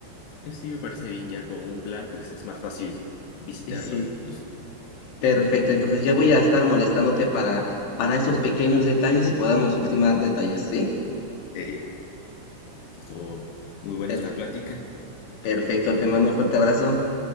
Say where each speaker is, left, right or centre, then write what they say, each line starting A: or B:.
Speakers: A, on the left; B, on the left.
A: Pues sí, me parece bien, ya con un plan, pues es más fácil visitarlos.
B: Y sí,
A: Los, los-
B: Perfecto, entonces ya voy a estar molestándote para, para esos pequeños detalles y podamos ultimar detalles, ¿sí?
A: <laughs> Esto estuvo muy buena
B: Perfecto,
A: esta plática.
B: perfecto, te mando un fuerte abrazo.